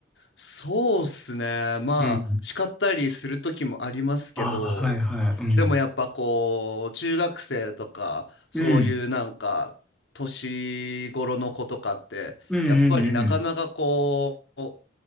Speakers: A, on the left; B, in the centre.
A: そうっすね。まあ、
B: うん。
A: 叱ったりする時もありますけど、
B: ああ、はいはい。うん。
A: でもやっぱこう、中学生とか、そういうなんか、
B: うん。
A: 年頃の子とかって、
B: うんうんうん。
A: やっぱりなかなかこう、